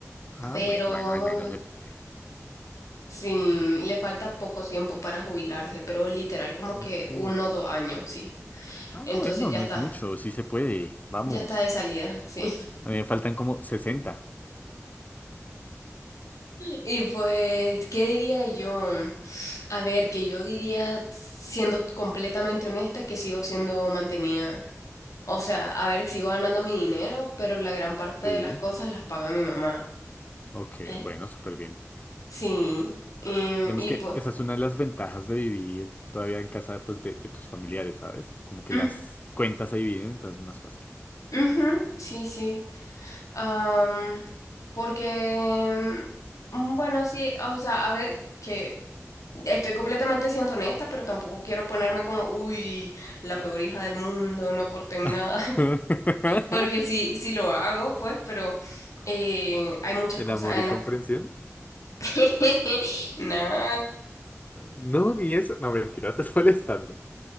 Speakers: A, on the left; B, on the left.
A: Ah,
B: Pero
A: bueno, bueno, al menos le... pe-
B: sí, le falta poco tiempo para jubilarse, pero literal como que
A: Ok.
B: uno o dos años, sí.
A: Ah,
B: Entonces
A: bueno,
B: ya
A: no
B: está,
A: es mucho, sí se puede. Vamos.
B: ya está de salida, <laughs> sí.
A: A mí me faltan como sesenta
B: Y pues, ¿qué diría yo? A ver, que yo diría, siendo completamente honesta, que sigo siendo mantenida. O sea, a ver, sigo ganando mi dinero, pero la gran parte
A: Sí.
B: de las cosas las paga mi mamá.
A: Ok,
B: Eh,
A: bueno, súper bien.
B: sí, y,
A: Digamos
B: y
A: que
B: pues,
A: esa es una de las ventajas de vivir todavía en casa, pues, de, de tus familiares, ¿sabes? Como que
B: mm,
A: las cuentas se dividen, entonces es más fácil.
B: ujú, sí, sí. Am, porque, mm, bueno, sí, o sea, a ver, que estoy completamente siendo honesta, pero tampoco quiero ponerme como, uy, la peor hija del mundo, no aporto en
A: <laughs>
B: nada. Porque sí, sí lo hago, pues, pero eh, hay muchas
A: ¿En
B: cosas
A: amor
B: en
A: y
B: las...
A: comprensión?
B: <laughs> No,
A: No, ni eso. No, mentira, <laughs> estás molestando.